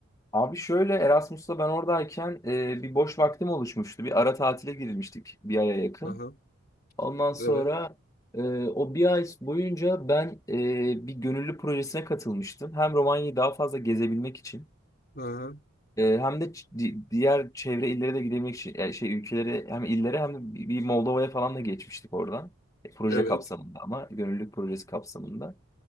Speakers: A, on the left (about 15°); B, on the left (about 45°).
A: Abi şöyle Erasmus'ta ben oradayken e, bir boş vaktim oluşmuştu. Bir ara tatile girmiştik bir aya yakın.
B: Aha,
A: Ondan sonra
B: evet.
A: e, o bir ay boyunca ben e, bir gönüllü projesine katılmıştım. Hem Romanya'yı daha fazla gezebilmek için
B: Aha,
A: e, hem de ç- di- diğer çevre illere de gidebilmek için yani şey ülkelere hem illere hem de bir bir Moldova'ya falan da geçmiştik oradan. E, proje
B: evet.
A: kapsamında ama gönüllülük projesi kapsamında.